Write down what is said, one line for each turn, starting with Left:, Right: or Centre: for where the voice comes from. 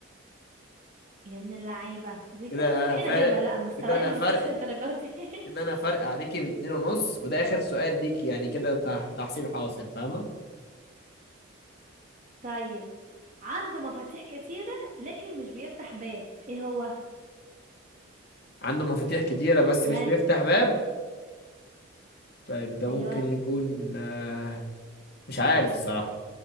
Right: يا من اللعيبة دي
Left: كده
Right: كانت مستحيل
Left: انا فارق
Right: اجيبها لا مستوايا
Left: كده انا
Right: ما
Left: فرق
Right: يوصلش للدرجة دي <laughs>
Left: كده انا فرق عليكي باتنين ونص وده اخر سؤال ليكي يعني كده تح- تحصيل حاصل فاهمه
Right: طيب عنده مفاتيح كتيرة لكن مش بيفتح باب ايه هو
Left: عنده مفاتيح كتيره بس
Right: ها
Left: مش بيفتح باب طيب ده
Right: ايوه
Left: ممكن يكون آه مش عارف الصراحه